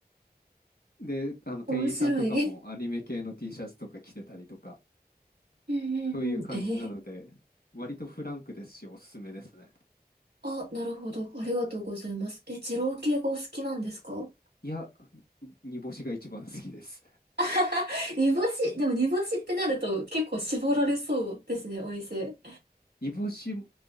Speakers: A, on the left (about 75°); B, on the right (about 80°).
A: で、あの店員さんとかもアニメ系の
B: 面白い。
A: T シャツとか着てたりとか、
B: うんうんうん。
A: という感じなので、
B: えへへ
A: 割とフランクですし、おすすめですね。
B: あ、なるほど。ありがとうございます。え、二郎系がお好きなんですか
A: いや、煮干しが一番好きです。
B: <laughs> 煮干し、でも煮干しってなると結構絞られそうですね、お店。
A: 煮干しって